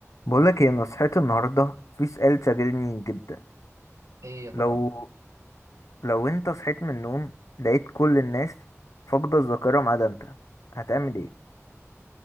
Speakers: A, on the left; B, on the right.
A: بقولك هي نصحتي النهاردة في سؤال شاغلني جدا
B: ايه يا ترى
A: لو لو انت صحيت من النوم لقيت كل الناس فاقدة الذاكرة ما عدا انت هتعمل ايه؟